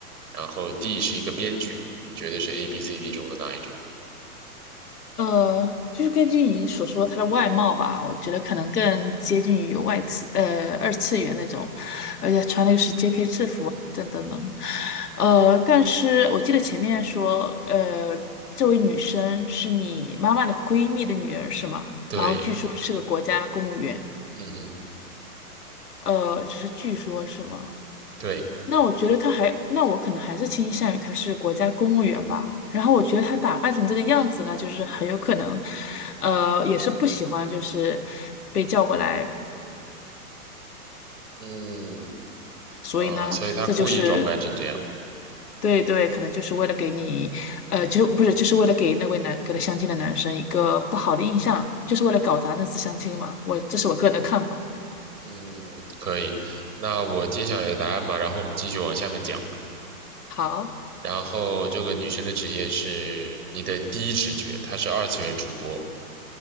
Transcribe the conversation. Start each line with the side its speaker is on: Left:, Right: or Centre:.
Right: 然后 D 是一个编剧。你觉得是 A、B、C、D 中的哪一种？
Left: 呃，就是根据你所说她的外貌吧，我觉得可能更接近于外次，呃，二次元那种，而且穿的又是 JK 制服啊等等等，呃，但是我记得前面说，呃，这位女生是你妈妈的闺蜜的女儿是吗？
Right: 对，
Left: 然后据说是个国家公务员，
Right: 嗯哼，
Left: 呃，只是据说是吗？
Right: 对，
Left: 那我觉得他还，那我可能还是倾向于他是国家公务员吧。然后我觉得他打扮成这个样子呢，就是很有可能，呃，也是不喜欢，就是被叫过来。
Right: 嗯
Left: 所以呢，
Right: 啊，所以他故意装扮成这样。
Left: 这就是对对，可能就是为了给你，呃，就不是就是为了给那位男给他相亲的男生一个不好的印象，就是为了搞砸那次相亲嘛。我这是我个人的看法。
Right: 嗯，可以。那我揭晓你的答案嘛，然后我们继续往下面讲。
Left: 好，
Right: 然后这个女生的职业是你的第一直觉，她是二次元主播。